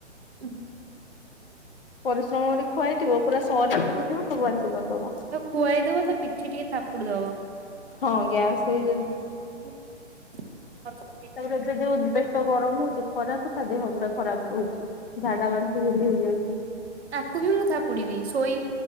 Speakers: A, on the right; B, on the left.
A: ହୁଁ।
B: ପରିଶ୍ରମ ଖୁଆଇଥିବ ପୁରା <unintelligible> ସବୁ ବାନ୍ତି କରିଦବ।
A: ଖୁଆଇଦବ ତା ପିଠି ଟିକେ ଥାପୁଡି ଦବ।
B: ହଁ ଗ୍ୟାସ୍ ହେଇ ଯାଉଚି।
A: <unintelligible>
B: <unintelligible> ଗରମ ହଉଚି ଖରାକୁ ତା ଦେହ ପୁରା ଖରାପ ହଉଛି ଝାଣ୍ଡା ବାନ୍ତି ଖାଲି ହେଇଯାଉଚି।
A: ତାକୁ ବି ମୁଁ ଥାପୁଡିବି ଶୋଇ।